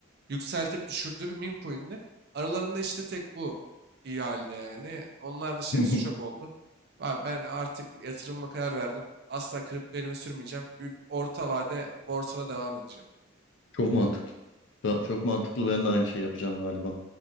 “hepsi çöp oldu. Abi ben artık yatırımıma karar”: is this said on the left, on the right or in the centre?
Right